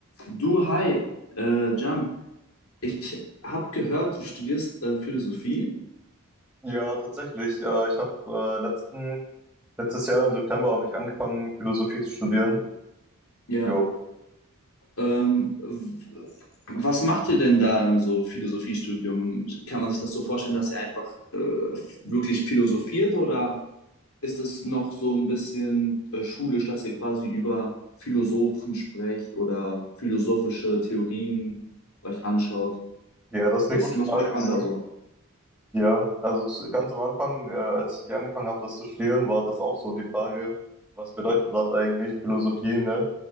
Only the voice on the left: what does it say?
Du, hi, äh, Jan, ich habe gehört, du studierst äh, Philosophie.
Ja.
Ähm, w- was macht ihr denn da im so Philosophiestudium? Kann man sich das so vorstellen, dass ihr einfach äh, f- wirklich philosophiert oder ist es noch so ein bisschen äh, schulisch, dass ihr quasi über Philosophen sprecht oder philosophische Theorien euch anschaut?
Was,
was
macht man
da so?